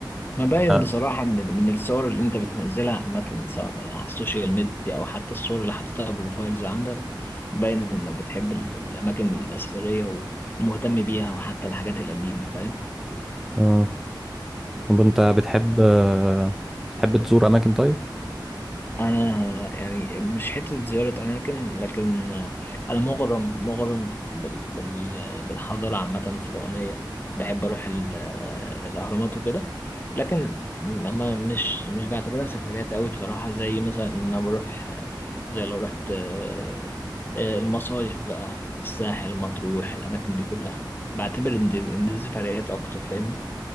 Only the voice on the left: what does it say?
ما باين
بصراحة من ال- من الصور اللي انت بتنزلها عامة سواء على السوشيال ميديا او حتى الصور اللي حاططها بروفايلز عندك باين انك بتحب ال- الاماكن الاثرية ومهتم بيها وحتى الحاجات القديمة فاهم
انا يعني مش حته زياره اماكن لكن انا مغرم مغرم بال بال بالحضاره عامه الفرعونيه بحب اروح ال- الاهرامات وكده لكن اما مش مش بعتبرها سفريات قوي بصراحه زي مثلا ان انا بروح زي لو رحت آه، آه، المصايف بقى الساحل مطروح الاماكن دي كلها بعتبر ان دي, إن دي سفريات اكتر فاهمني